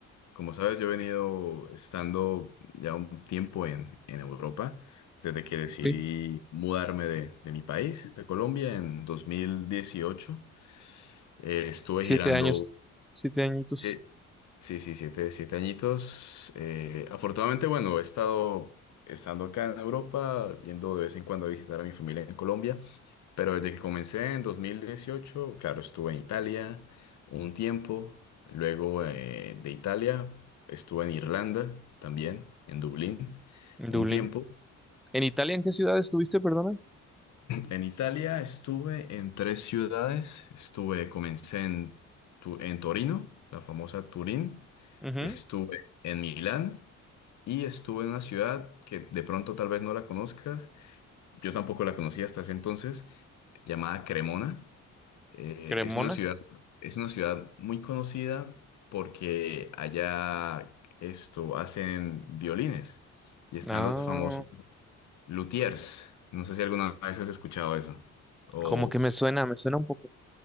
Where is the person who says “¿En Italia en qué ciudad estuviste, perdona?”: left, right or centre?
Centre